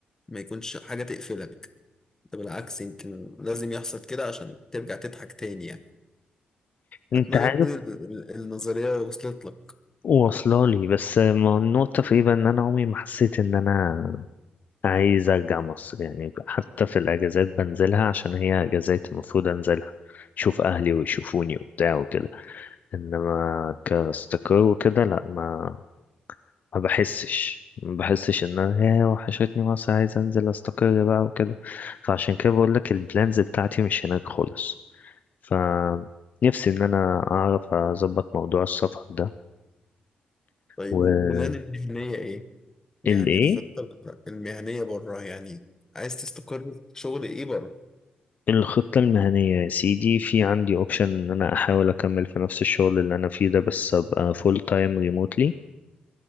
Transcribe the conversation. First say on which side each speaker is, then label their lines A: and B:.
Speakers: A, on the left; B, on the left.
A: ما يكونش حاجة تقفلك ده بالعكس يمكن لازم يحصل كده عشان ترجع تضحك تاني يعني
B: انت
A: أتمنى
B: عارف
A: تكون ال- ال- النظرية وصلت لك
B: واصله لي بس ما النقطه في ايه بقى ان انا عمري ما حسيت ان انا عايز ارجع مصر يعني حتى في الاجازات بنزلها عشان هي اجازات المفروض انزلها اشوف اهلي ويشوفوني وبتاع وكده انما كاستقر وكده لا ما ما بحسش ما بحسش ان انا يا وحشتني مصر عايز انزل استقر بقى وكده فعشان كده بقول لك البلانز بتاعتي مش هناك خالص ف نفسي ان انا اعرف اظبط موضوع السفر ده
A: طيب
B: و
A: والبلان المهنية إيه؟ يعني
B: ال ايه
A: الخطة المهنية بره يعني عايز تستقر في شغل إيه بره؟
B: الخطة المهنية يا سيدي في عندي اوبشن ان انا احاول اكمل في نفس الشغل اللي انا فيه ده بس ابقى فول تايم ريموتلي